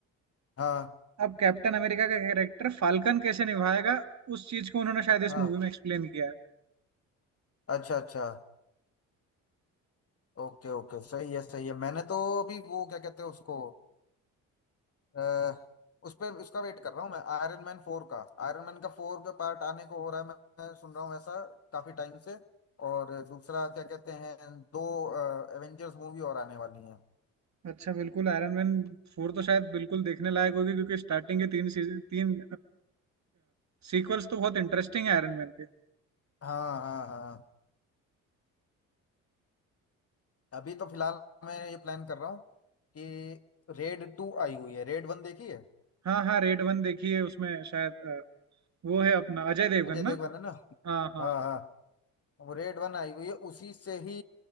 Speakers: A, on the left (about 35°); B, on the right (about 45°).
A: हाँ
B: अब कैप्टन अमेरिका का कैरेक्टर फाल्कन कैसे निभाएगा उस चीज को उन्होंने शायद
A: हाँ
B: इस मूवी में एक्सप्लेन किया है
A: अच्छा अच्छा ओके ओके सही है सही है मैंने तो अभी वो क्या कहते हैं उसको अ, उस पे उसका वेट कर रहा हूँ मैं आयरन मैन फोर का आयरन मैन का फोर का पार्ट आने को हो रहा है मैं मैं सुन रहा हूँ ऐसा काफी टाइम से और दूसरा क्या कहते हैं दो एवेंजर्स मूवी और आने वाली हैं
B: अच्छा बिल्कुल आयरन मैन फोर तो शायद बिल्कुल देखने लायक होगी क्योंकि स्टार्टिंग के तीन सीजन तीन सीक्वल्स तो बहुत इंटरेस्टिंग है आयरन मैन के
A: हाँ हाँ हाँ अभी तो फिलहाल मैं ये प्लान कर रहा हूँ कि रेड टू आई हुई है रेड वन देखी है
B: हाँ हाँ रेड वन देखी है उसमें शायद अ, वो है अपना अजय देवगन
A: अजय देवगन
B: ना
A: है ना
B: हाँ हाँ
A: हाँ हाँ वो रेड वन आई हुई है उसी से ही